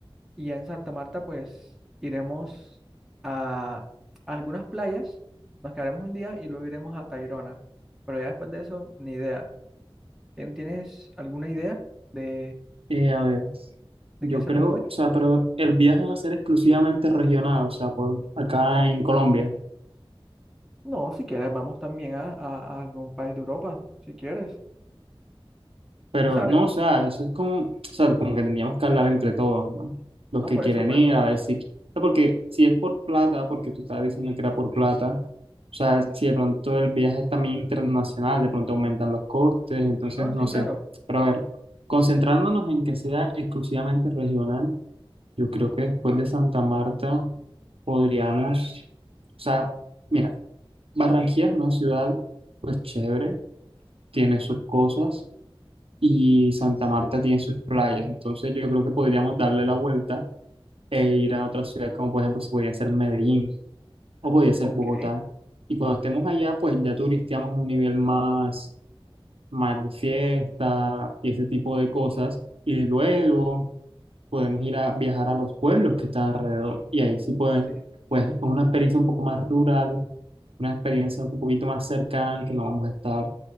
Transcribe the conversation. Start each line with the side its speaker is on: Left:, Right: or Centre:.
Centre: y ya en Santa Marta pues iremos a algunas playas, nos quedaremos un día y luego iremos a Tayrona, pero ya después de eso ni idea. ¿Tien- ¿Tienes alguna idea de,
Right: Eh, a ver,
Centre: de
Right: yo
Centre: qué hacer
Right: creo,
Centre: después?
Right: o sea, pero el viaje va a ser exclusivamente regional, o sea, por acá en Colombia.
Centre: No, si quieres vamos también a, a- a algún país de Europa, si quieres.
Right: Pero
Centre: O sea,
Right: no,
Centre: a ver,
Right: o sea, eso es como, o sea, como que tendríamos que hablar entre todos, ¿no? Los
Centre: no
Right: que
Centre: por
Right: quieren
Centre: eso, por
Right: ir,
Centre: eso.
Right: a ver si, o sea, porque si es por plata, porque tú estabas diciendo que era por plata, o sea, si de pronto el viaje es también internacional, de pronto aumentan los costes, entonces
Centre: No,
Right: no
Centre: sí,
Right: sé.
Centre: claro.
Right: Pero a ver, concentrándonos en que sea exclusivamente regional, yo creo que después de Santa Marta podríamos, o sea, mira, Barranquilla es una ciudad, pues chévere, tiene sus cosas y Santa Marta tiene sus playas. Entonces yo creo que podríamos darle la vuelta e ir a otra ciudad como por ejemplo se podría ser Medellín o podría ser
Centre: Ok,
Right: Bogotá. Y cuando estemos allá, pues ya turisteamos a un nivel más, más de fiesta y ese tipo de cosas. Y luego podemos ir a viajar a los pueblos que están alrededor. Y ahí sí pueden,
Centre: sí,
Right: pues una experiencia un poco más rural, una experiencia un poquito más cercana, que no vamos a estar